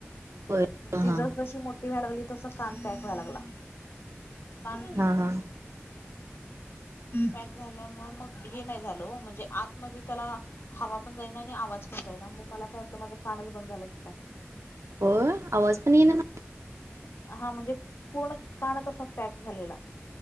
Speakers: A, on the right; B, on the left.
A: होय हा
B: तिजच जशी मो. पिवा्हाय लागली तस कान पॅक व्हाय लागला कान.
A: हा हा
B: पॅक झाल्यामु मग हे नाही झालं म्हणजे आतमध्ये त्याला. हवा पण जाईना आणि आवाज पण जाईना मग मला काय वाटलं माझं कानच बंद झालं की काय.
A: हो आवाज पण ना.
B: हा म्हणजे पूर्ण कान तसा पॅक झालेला.